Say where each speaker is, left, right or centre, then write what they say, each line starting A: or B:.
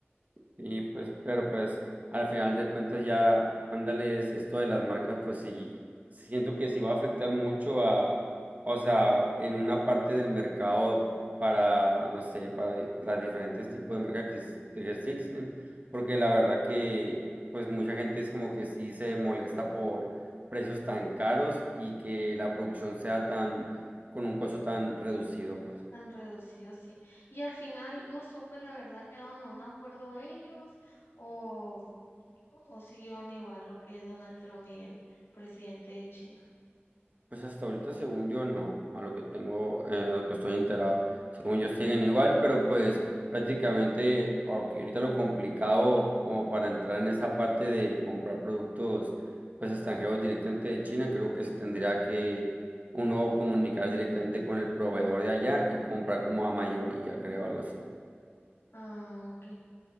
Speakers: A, on the right; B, on the left.
A: Y pues, pero pues al final de cuentas ya, ándales, esto de las marcas, pues sí, siento que sí va a afectar mucho a, o sea, en una parte del mercado para, no sé, para las diferentes tipos de marcas que, es- que existen, porque la verdad que, pues mucha gente es como que sí se molesta por precios tan caros y que la producción sea tan, con un costo tan reducido, pues.
B: Tan reducido, sí. Y al final no supe, la verdad, quedaron a un acuerdo ellos o o siguieron igual lo que es Donald Trump y el presidente de China.
A: Pues hasta ahorita, según yo, no, a lo que tengo, eh, a lo que estoy enterado, según
B: Entendida.
A: yo siguen igual, pero pues prácticamente ok, ahorita lo complicado como para entrar en esa parte de comprar productos pues extranjeros directamente de China, creo que se tendría que uno comunicar directamente con el proveedor de allá y comprar como a mayoría, creo, algo así.
B: Ah, ok.